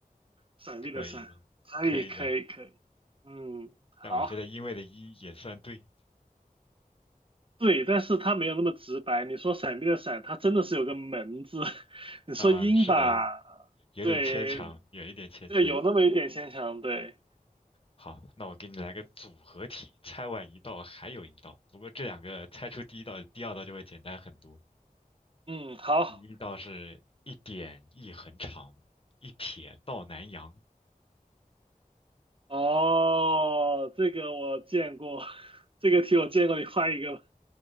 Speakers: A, on the right; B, on the left.
A: 闪避的闪，
B: 可以的，
A: 可以，
B: 可以的。
A: 可以，可以。嗯，
B: 但我觉得因为的因也算对
A: 好，对，但是它没有那么直白。你说闪避的闪，它真的是有个门字。<laughs> 你说鹰吧，
B: 啊，是的，有点牵强，
A: 对，
B: 有一点牵强。
A: 对，有那么一点牵强。对，
B: 好，那我给你来个组合题，猜完一道还有一道，不过这两个猜出第一道、第二道就会简单很多。
A: 嗯，好。
B: 第一道是一点一横长，一撇到南阳。
A: 哦，这个我见过，<laughs> 这个题我见过，你画一个吧